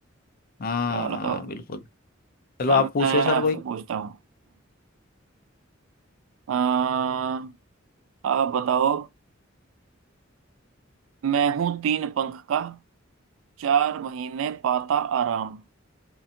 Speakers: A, on the left; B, on the right.
A: है। हाँ
B: चलो तो
A: बिल्कुल चलो आप
B: अब
A: पूछो
B: मैं
A: सर
B: आपसे
A: कोई
B: पूछता हूँ हम्म आप बताओ मैं हूं तीन पंख का चार महीने पाता आराम